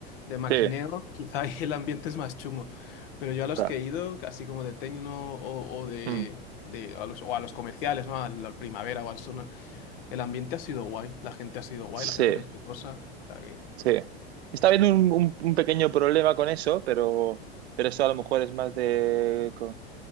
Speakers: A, on the left (about 60°); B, on the right (about 80°).
A: de maquineo.
B: Sí,
A: Quizá ahí el ambiente es más chungo. Pero yo a los
B: claro.
A: que he ido, así como de tecno o, o de,
B: Mm.
A: de a los, o a los comerciales, ¿no? Al, al Primavera o al Sonar, el ambiente ha sido guay, la gente ha sido guay,
B: Sí,
A: la gente respetuosa. O sea que...
B: sí. Está habiendo un, un- un pequeño problema con eso, pero, pero eso a lo mejor es más de,